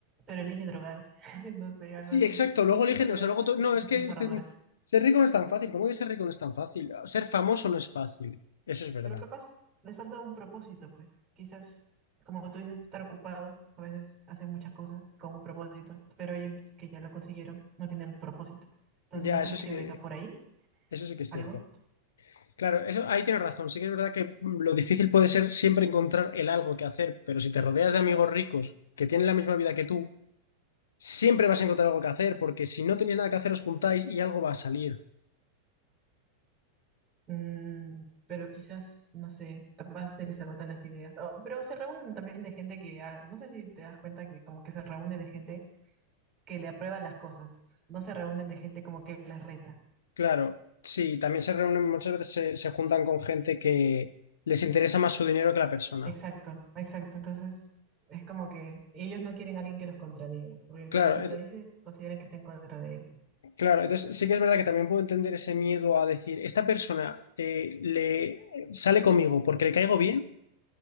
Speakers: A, on the right; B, on the left.
A: pero elige drogarse, <laughs> no sé, algo
B: Sí,
A: así.
B: exacto.
A: Tienen
B: Luego eligen,
A: una vida
B: o sea,
A: muy
B: luego to- no,
A: despilfarradora,
B: es que este- ser rico no es tan fácil. ¿Cómo que ser rico no es tan fácil? Ser famoso no es fácil. Eso es verdad.
A: pero capaz les falta un propósito, pues. Quizás, como tú dices, estar ocupado, a veces hacen muchas cosas con un propósito, pero ellos que ya lo consiguieron no tienen propósito. Entonces,
B: Ya,
A: ¿no crees
B: eso sí
A: que
B: que,
A: venga por ahí
B: eso sí que es
A: algo?
B: cierto. Claro, eso ahí tienes razón. Sí que es verdad que mm, lo difícil puede ser siempre encontrar el algo que hacer, pero si te rodeas de amigos ricos que tienen la misma vida que tú, siempre vas a encontrar algo que hacer, porque si no tenéis nada que hacer, os juntáis y algo va a salir.
A: Mm, pero quizás, no sé, capaz se les agotan las ideas. Oh, pero se reúnen también de gente que, ah, no sé si te das cuenta que como que se reúnen de gente que le aprueba las cosas, no se reúnen de gente como que las reta.
B: Claro, sí, también se reúnen, muchas veces se, se juntan con gente que les interesa más su dinero que la persona.
A: Exacto, exacto. Entonces es como que ellos no quieren a alguien que los contradiga, porque el
B: Claro,
A: que los contradice consideran que está en contra de él.
B: Claro, entonces sí que es verdad que también puedo entender ese miedo a decir, esta persona eh, le sale conmigo porque le caigo bien,